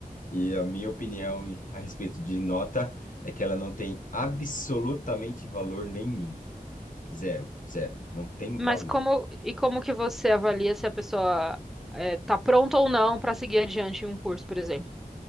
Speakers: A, on the left; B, in the centre.
A: e a minha opinião em- a respeito de nota é que ela não tem absolutamente valor nenhum. Zero, zero. Não tem
B: Mas
A: valor.
B: como e como que você avalia se a pessoa eh, tá pronta ou não para seguir adiante em um curso, por exemplo?